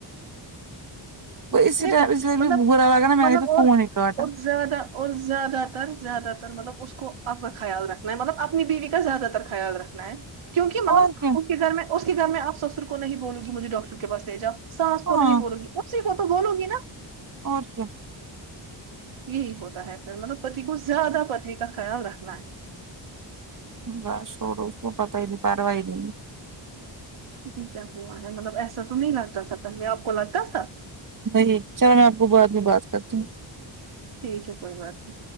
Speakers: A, on the right; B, on the right.
A: اسی
B: دیکھو
A: ٹائم اس لیے
B: مطلب
A: بھی برا لگا نا میں
B: مطلب
A: نے تو فون ہی کاٹا
B: اور زیادہ اور زیادہ تر زیادہ تر مطلب اس کو اب کا خیال رکھنا ہے مطلب اپنی بیوی کا زیادہ تر خیال رکھنا میں کیونکہ مطلب
A: اور کیا
B: اس کے گھر میں اس کے گھر میں آپ سسر کو نہیں بولوں گی مجھے ڈاکٹر کے پاس لے جاو ساس
A: ہاں
B: کو نہیں بولو گی اسی کو تو بولو گی نا
A: اور کیا
B: یہی ہوتا ہے مطلب پتی کو زیادہ پتنی کا خیال رکھنا ہے
A: بس سوڑو اس کو پتہ ہی نہیں پروائی نہی ہے
B: جی کیا ہوا ہے مطلب ایسا تو نہیں لگتا تھا پہلے آپ کو لگتا تھا
A: وہی چلو میں آپ کو بعد میں بات کرتی ہوں
B: ٹھیک ہے کوئی بات نہیں